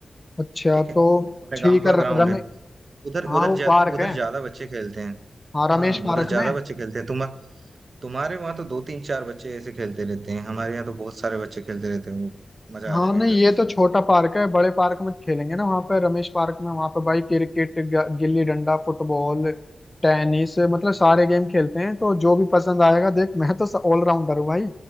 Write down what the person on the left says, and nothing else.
अच्छा
तो
ठीक
है र-
रमे
हाँ
वो
पार्क
है
हाँ रमेश
पार्क
में
हाँ
नहीं
ये तो छोटा पार्क है बड़े पार्क में खेलेंगे ना वहाँ पे रमेश पार्क में वहाँ पे भाई क्रिकेट ग- गिल्ली डंडा फुटबॉल टेनिस मतलब सारे गेम खेलते हैं तो जो भी पसंद आएगा देख मैं तो ऑलराउंडर हूँ भाई